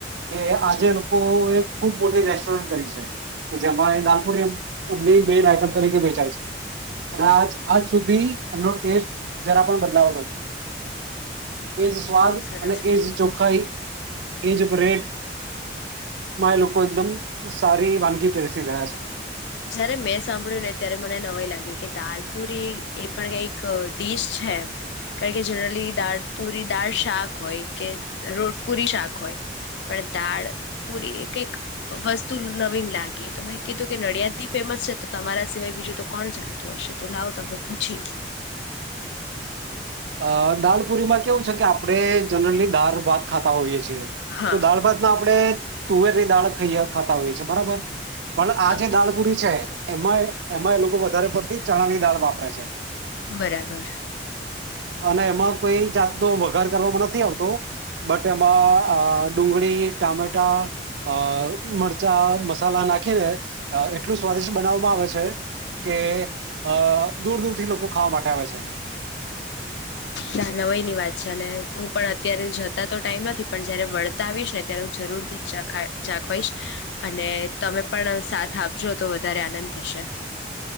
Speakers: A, on the right; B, on the left.
A: કે આજે લોકો ખુબ મોટી રેસ્ટોરન્ટ કરી છે. જેમાં દાલપુરી મેન આઈટમ તરીકે વેચાય છે અને આજ સુધી એનો ટેસ્ટ જરા પણ બદલાવો નથી એજ સ્વાદ
B: બહુ સરસ
A: અને
B: કહેવાય
A: એજ ચોખાઈ. એજ રેટ મા એ લોકો એકદમ સારી વાનગી પેર રહ્યા છે.
B: જયારે મેં સાંભળ્યું ને ત્યારે મને નવાઈ લાગી કે દાલપુરી એ પણ કઈક ડીશ છે એમ કારણ કે જનરલી દાળ પૂરી દાળ શાક હોય, કે રોટ પુરી શાક હોય, પણ દાળ પૂરી કઈક વસ્તુ નવીન લાગી તો મેં કીધું કે નડિયાદ ફેમસ છે તો તમારા સિવાય બીજું તો કોણ જાણતું હશે તો લાવ તમને પૂછી લોઉ
A: અ દાલ પુરીમાં કેવું છે કે આપડે જનરલી દાળ ભાત ખાતા હોઈએ છીએ
B: હા
A: તો દાળ ભાત ના આપણે તુવેરની દાળ ખઇ ખાતા હોય છે બરાબર પણ
B: હા
A: આ જે દાળપુરી છે, એમ આઈ એમાં એ લોકો વધારે પડતી ચણ ની દાળ વાપરે છે.
B: બરાબર.
A: અને એમાં કોઈ જાતનો વઘાર કરવામાં નથી આવતો બટ એમાં ડુંગળી ટામેટા અ મરચાં મસાલા નાખીને એટલું સ્વાદિષ્ટ બનાવવામાં આવે છે કે અ દૂર દૂરથી લોકો ખાવા માટે આવે છે એને
B: ના નવાઈ ની વાત છે અને હું પણ અત્યારે જતા તો ટાઈમ નથી પણ જયારે વળતા આવીશ ને ત્યારે હું જરૂર થી ચખ ચાખવાઈશ અને તમે પણ સાથ આપજો તો વધ વધારે આનંદ થશે.